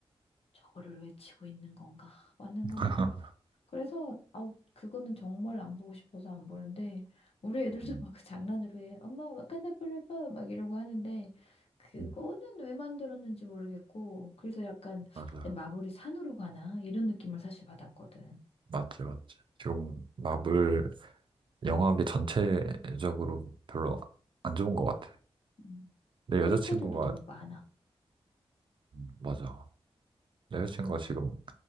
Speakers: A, on the left; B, on the right.
A: 저거를 외치고 있는 건가? 맞는
B: <laughs>
A: 건가? 그래서 그래서 아우 그거는 정말 안 보고 싶어서 안 보는데 우리 애들도
B: 음,
A: 막 그 장난으로 해. 엄마 와칸다 f 레버 막 이러고 하는데 그거는
B: 음.
A: 왜 만들었는지 모르겠고 그래서 약간
B: 맞아,
A: 근데 마블이 산으로 가나 이런 느낌을 사실 받았거든.
B: 맞지, 맞지. 지금 마블 영화계 전체적으로 별로 안 좋은 것 같아.
A: 음.
B: 내 여자친구가
A: 캐릭터들도 너무 많아.
B: 음, 맞아. 내 여자친구가 지금